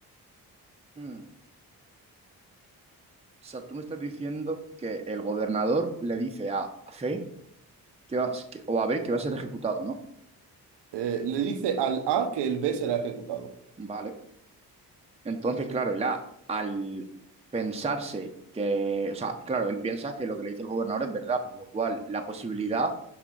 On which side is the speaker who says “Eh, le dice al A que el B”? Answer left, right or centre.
Right